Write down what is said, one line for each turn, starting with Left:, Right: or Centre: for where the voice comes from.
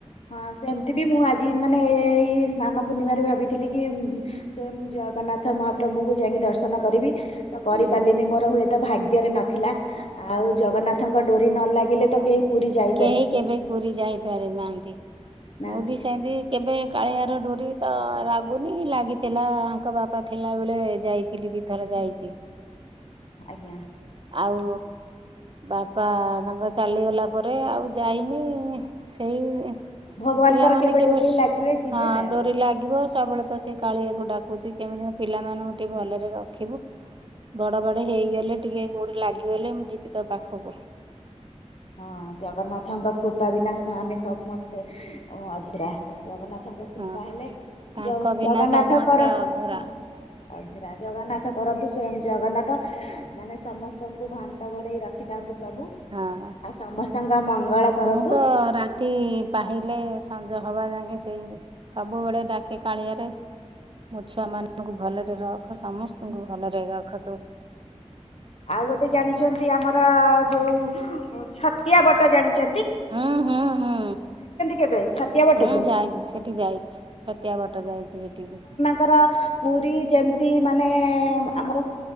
Left: ହଁ ସେମିତି ବି ମୁଁ ଆଜି ମାନେ ଏ ଏଇ ସ୍ନାନ ପୂର୍ଣ୍ଣିମାରେ ଭାବିଥିଲି କି ସ୍ଵୟଂ ଜଗନ୍ନାଥ ମହାପ୍ରଭୁଙ୍କୁ ଯାଇକି ଦର୍ଶନ କରିବି। ତ କରିପାରିଲିନି
Right: ଉଁ
Left: ମୋର ହୁଏ ତ ଭାଗ୍ୟରେ ନଥିଲା ଆଉ ଜଗନ୍ନାଥଙ୍କ ଡୋରି ନ ଲାଗିଲେ ତ କେହି ପୁରୀ ଯାଇ
Right: କେହି କେବେ ପୁରୀ ଯାଇପାରି ନାହାନ୍ତି।
Left: ନାହାନ୍ତି
Right: ମୁଁ ବି ସେମତି କେବେ କାଳିଆର ଡୋରି ତ ଲାଗୁନି ଲାଗିଥିଲା ଆଙ୍କ ବାପା ଥିଲାବେଳେ ଯାଇଥିଲି ଦି ଥର ଯାଇଚି।
Left: ଆଜ୍ଞା।
Right: ଆଉ ବାପା ତାଙ୍କର ଚାଲିଗଲା ପରେ ଆଉ ଯାଇନି। ସେଇ
Left: ଭଗବାନଙ୍କର
Right: ପିଲାମାନେ କେବେ
Left: ଡୋରି ଲାଗିବେ ଯିବେ
Right: ହଁ
Left: ଆଉ।
Right: ଡୋରି ଲାଗିବ ସବୁବେଳେ ତ ସେ କାଳିଆକୁ ଡାକୁଚି କେମିତି ମୋ ପିଲାମାନଙ୍କୁ ଟିକେ ଭଲରେ ରଖିବୁ। ବଡ ବାଡେ ହେଇଗଲେ ଟିକେ କୋଉଠି ଲାଗିଗଲେ ମୁଁ ଯିବି ତୋ ପାଖକୁ।
Left: ହଁ ଜଗନ୍ନାଥଙ୍କ କୃପା ବିନା ସ ଆମେ ସମସ୍ତେ ଅଧୁରା। ଜଗନ୍ନାଥ ତମ
Right: ହଁ।
Left: କୃପା ହେଲେ
Right: ତାଙ୍କ
Left: ଯୋଉ
Right: ବିନା
Left: ଜଗନ୍ନାଥଙ୍କର
Right: ସମସ୍ତେ
Left: ହଁ
Right: ଅଧୁରା।
Left: ଅଧିରା ଜଗନ୍ନାଥ କରନ୍ତୁ ସ୍ଵୟଂ ଜଗନ୍ନାଥ ମାନେ ସମସ୍ତଙ୍କୁ ଘଣ୍ଟ ଘୋଡେଇ ରଖିଥାନ୍ତୁ ପ୍ରଭୁ।
Right: ହଁ
Left: ଆଉ ସମସ୍ତଙ୍କ ମଙ୍ଗଳ କରନ୍ତୁ।
Right: ମୁଁ ତ ରା ତି ପାହିଲେ ସଞ୍ଜ ହବା ଯାକେ ସେଇ ସବୁବେଳେ ଡାକେ କାଳିଆରେ ମୋ ଛୁଆ ମାନଙ୍କୁ ଭଲରେ ରଖ ସମସ୍ତଙ୍କୁ ଭଲରେ ରଖ ତୁ।
Left: ଆଉ ଗୋଟେ ଜାଣିଛନ୍ତି ଆମର ଯୋଉ ଛତିଆ ବଟ ଜାଣିଚ
Right: ହୁଁ ହୁଁ ହୁଁ।
Left: କେବେ ଛତିଆ ବଟକୁ
Right: ହୁଁ ଯାଇଛି ସେଠି ଯାଇଛି ଛତିଆ ବଟ ଯାଇଛି ସେଠିକି।
Left: କର ପୁରୀ ଯେମିତି ମାନେ ଆମର